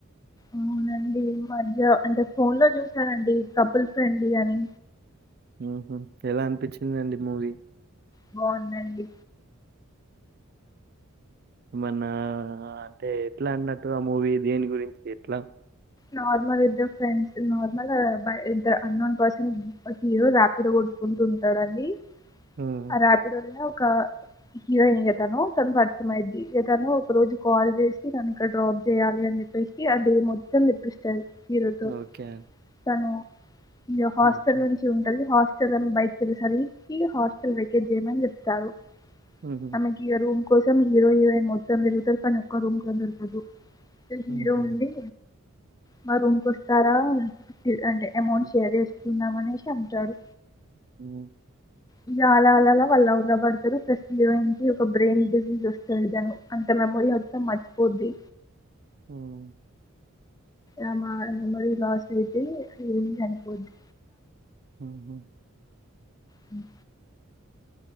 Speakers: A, on the left; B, on the right.
A: అవునండి ఈ మధ్య అంటే ఫోన్లో చూసానండి కపుల్ ఫ్రెండ్లీ అని
B: ఉమ్ హ్ ఎలా అనిపించిందండి మూవీ
A: బావుందండి
B: మన్నా అంటే ఎట్లా అన్నట్టుగా మూవీ దేని గురించి ఎట్లా
A: నార్మల్ ఇద్దర్ ఫ్రెండ్స్ నార్మల్ ఆ బ ఇంత అన్నోన్ పర్సన్ హీరో రాపిడో గొడ్త్ అనుకుంటుంటారండి
B: హ్మ్.
A: ఆ రాపిడోలుకి ఒక హీరోయిన్ ఇగ తనూ తను పర్చమైద్ది ఇగ తను ఒక రోజు కాల్ జేసి నన్నిక్కడ డ్రాప్ జేయ్యాలి అని చెప్పేసి ఆ డే మొత్తం తిప్పిస్తది హీరోతో
B: ఓకే.
A: తనూ ఇగ హాస్టల్
B: ఓకే.
A: నుంచి ఉంటది హా ఇగ తను బైట్కెల్లె సరికీ హాస్టల్ వెకేట్ జెయ్యమన్ జెప్తారు.
B: హుహు.
A: ఆమెకి ఇగ రూమ్ కోసం హీరో, హీరోయిన్ మొత్తం తిరుగుతరు కనీ ఒక్క రూమ్ కుడా దొరకదు.
B: హుహు.
A: హీరో ఉండి మా రూమ్కొస్తారా అంటే ఎమౌంట్
B: హ్మ్.
A: షేర్ చేస్ కుందాం అనేసి అంటాడు.
B: మ్
A: ఇగ అలా అలా అలా వాల్ లవ్ల బడ్తరు ప్లస్ హీరోయిన్కి ఒక బ్రెయిన్ డిసీజ్ ఒస్తది దన్ అంత <unintelligible> మర్చిపొద్ది.
B: మ్
A: ఆమా మెమోరీ లాస్ ఐతే హీరోయిన్ చనిపోద్ది.
B: మ్ హ్
A: మ్